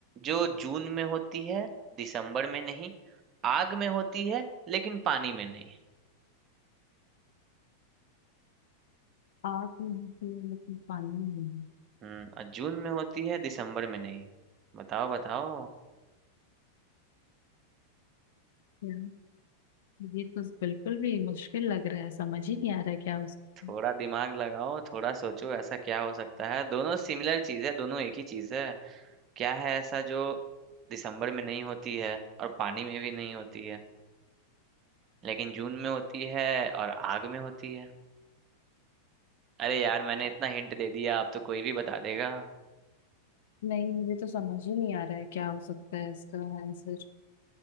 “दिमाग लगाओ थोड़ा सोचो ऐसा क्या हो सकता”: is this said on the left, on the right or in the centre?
Right